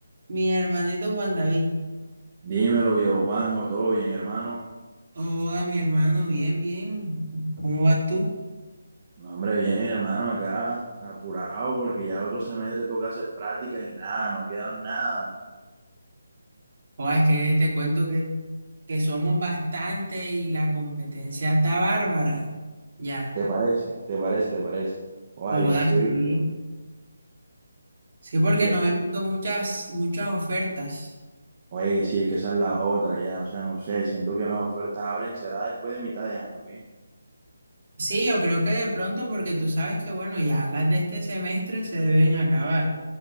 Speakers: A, on the right; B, on the right.
A: Mi hermanito Juan David.
B: Dímelo, viejo Juanjo, todo bien, hermano.
A: Hola, mi hermano, bien, bien. ¿Cómo vas tú?
B: No, hombre, bien, hermano, acá apurado porque ya el otro semestre toca hacer prácticas y nada, no he quedado en nada.
A: Oh, es que te cuento que, que somos bastante y la competencia está bárbara. Ya.
B: ¿Te parece? ¿Te parece? ¿Te parece? Oye,
A: Joda,
B: yo sí
A: sí.
B: he visto.
A: Sí, porque
B: Y, eh,
A: no he visto muchas, muchas ofertas.
B: oye, sí, es que esa es la otra, ya, o sea, no sé, siento que las ofertas abren, será después de mitad de año, ¿qué?
A: Sí, yo creo que de pronto, porque tú sabes que, bueno, ya las de este semestre se deben acabar.